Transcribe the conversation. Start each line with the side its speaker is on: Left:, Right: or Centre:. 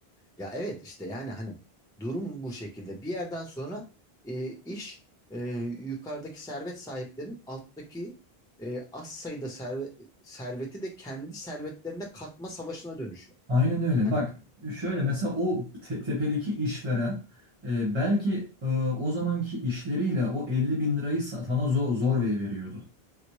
Centre: Ya evet işte yani hani durum bu şekilde. Bir yerden sonra e, iş e, yukarıdaki servet sahiplerinin alttaki e, az sayıda serve- serveti de kendi servetlerine katma savaşına dönüşüyor.
Right: Aynen öyle.
Centre: Hani
Right: Bak şöyle mesela o te- tepedeki işveren e, belki e, o zamanki işleriyle o elli bin lirayı sa- sana zor, zor ve- veriyordu.